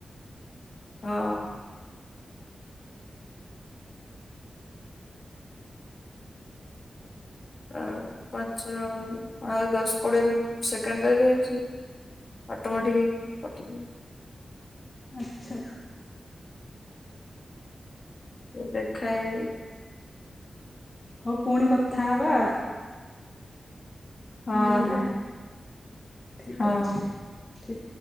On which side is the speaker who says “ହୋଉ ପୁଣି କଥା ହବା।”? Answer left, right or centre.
Left